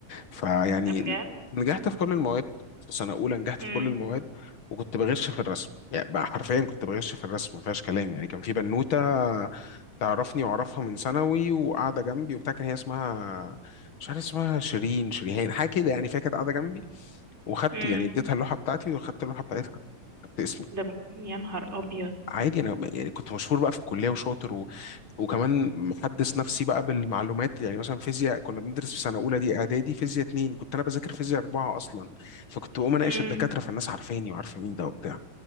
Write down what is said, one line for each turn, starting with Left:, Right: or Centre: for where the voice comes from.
Left: فيعني
Right: ده بجد
Left: نجحت في كل المواد في سنه اولى نجحت
Right: امم
Left: في كل المواد وكنت بغش في الرسم يعني بقى حرفيا كنت بغش في الرسم ما فيهاش كلام يعني كان في بنوته تعرفني واعرفها من ثانوي وقاعده جنبي وبتاع كان هي اسمها مش عارف اسمها شيرين شريهان حاجه كده يعني فهي كانت قاعده جنبي وخدت
Right: امم
Left: يعني اديتها اللوحه بتاعتي وخدت اللوحه بتاعتها كتبت اسمي
Right: ده ب... يا نهار ابيض
Left: عادي انا يعني كنت مشهور بقى في الكليه وشاطر و... وكمان محدث نفسي بقى بالمعلومات يعني مثلا فيزياء كنا بندرس في سنه اولى دي اعدادي فيزياء اتنين كنت انا بذاكر فيزياء اربعه اصلا فكنت بقوم اناقش
Right: امم
Left: الدكاتره فالناس عارفاني وعارفه مين ده وبتاع